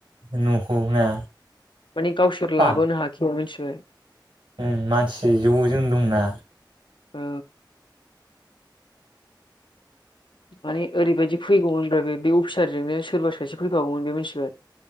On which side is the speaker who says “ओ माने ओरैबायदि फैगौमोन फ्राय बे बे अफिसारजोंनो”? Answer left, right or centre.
Left